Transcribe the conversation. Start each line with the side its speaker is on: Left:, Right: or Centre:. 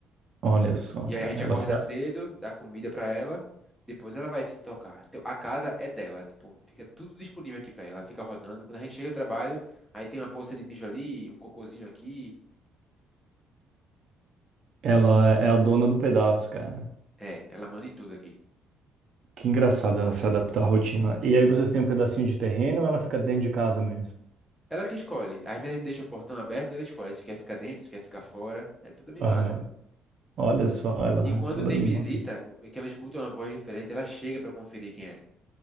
Right: Olha só,
Centre: E
Right: cara,
Centre: aí a gente
Right: ela,
Centre: acorda
Right: se-
Centre: cedo, dá comida pra ela, depois ela vai se intocar. Então a casa é dela, tipo, fica tudo disponível aqui pra ela, ela fica rodando. Quando a gente chega do trabalho, aí tem uma poça de mijo ali, um cocôzinho aqui.
Right: ela é a dona do pedaço, cara.
Centre: É, ela manda em tudo aqui.
Right: Que engraçado ela se adaptar à rotina. E aí vocês têm um pedacinho de terreno ou ela fica dentro de casa mesmo?
Centre: Ela que escolhe. Às vezes a gente deixa o portão aberto e ela escolhe se quer ficar dentro, se quer ficar fora. É tudo mimada.
Right: Aham. Olha só, ela
Centre: E quando
Right: toda
Centre: tem
Right: mimada.
Centre: visita, que ela escuta é uma voz diferente, ela chega pra conferir quem é.